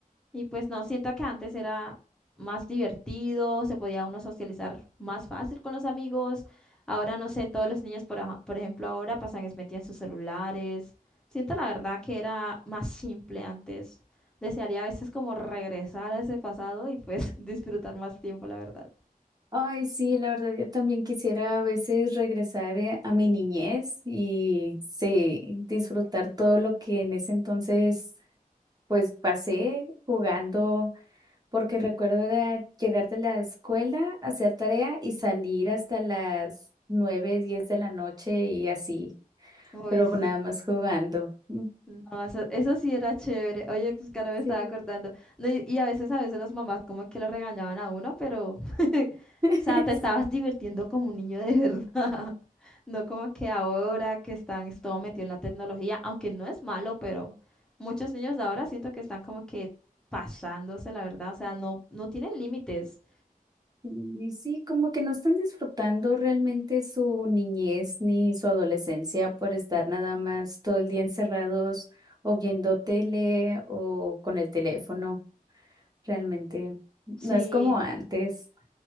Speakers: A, in the centre; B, on the right.
A: y pues no, siento que antes era más divertido, se podía uno socializar más fácil con los amigos, ahora no sé, todos los niños, por, aja- por ejemplo, ahora pasan es metidos en sus celulares, siento la verdad que era más simple antes, desearía a veces como regresar a ese pasado y pues <laughs> disfrutar más tiempo, la verdad.
B: Ay, sí, la verdad yo también quisiera a veces regresar eh, a mi niñez y sí, disfrutar todo lo que en ese entonces pues pasé jugando. porque recuerdo era llegar de la escuela, hacer tarea y salir hasta las nueve, diez de la noche y así,
A: Uy,
B: pero
A: sí.
B: nada más jugando. Mm,
A: No, eso, eso sí era chévere. Oye, pues, que ahora me
B: Sí.
A: estaba acordando. No, y, y a veces, a veces las mamás como que lo regañaban a uno, pero, <laughs> o
B: <laughs>
A: sea, te
B: Sí.
A: estabas divirtiendo como un niño de verdad. <laughs> No como que ahora que están es todo metido en la tecnología, aunque no es malo, pero muchos niños de ahora siento que están como que pasándose, la verdad. O sea, no, no tienen límites.
B: Y sí, como que no están disfrutando realmente su niñez ni su adolescencia por estar nada más todo el día encerrados o viendo tele o con el teléfono. Realmente
A: Sí,
B: no es como antes.